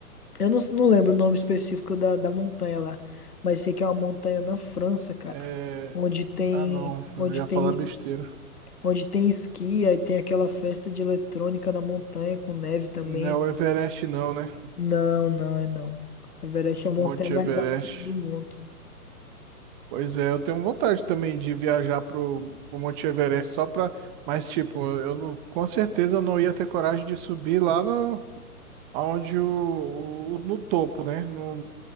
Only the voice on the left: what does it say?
Eu não, não lembro o nome específico da, da montanha lá, mas sei que é uma montanha na França, cara,
onde tem,
onde
tem,
es-
onde tem esqui, aí tem aquela festa de eletrônica na montanha com neve também.
Não, não é não. A Everest é a montanha
mais
alta do mundo.